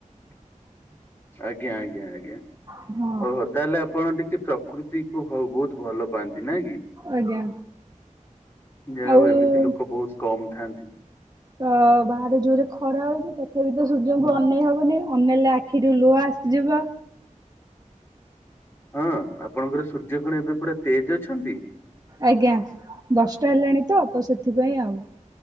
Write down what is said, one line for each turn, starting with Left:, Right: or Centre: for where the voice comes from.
Left: <inaudible> ଆଜ୍ଞା ଆଜ୍ଞା ଆଜ୍ଞା
Right: ହଁ
Left: ଓହୋ ତାହେଲେ ଆପଣ ଟିକେ ପ୍ରକୃତିକୁ ବହୁତ ଭଲ ପାଆନ୍ତି ନାଇଁ କି।
Right: ଆଜ୍ଞା
Left: ଯାହା
Right: ଆଉ
Left: ହଉ ଏମିତି ଲୋକ ବହୁତ କମ୍ ଥାଆନ୍ତି
Right: ତ ବାହାରେ ଜୋରେ ଖରା ହଉଛି ତଥାପି ତ ସୂର୍ଯ୍ୟଙ୍କୁ ଅନେଇ ହବନି ଅନେଇଲେ ଆଖିରୁ ଲୁହ ଆସିଯିବ।
Left: ହଁ ଆପଣଙ୍କର ସୂର୍ଯ୍ୟ କଣ ଏବେ ପୁରା ତେଜ ଅଛନ୍ତି?
Right: ଆଜ୍ଞା ଦଶଟା ହେଲାଣି ତ ତ ସେଥିପାଇଁ ଆଉ।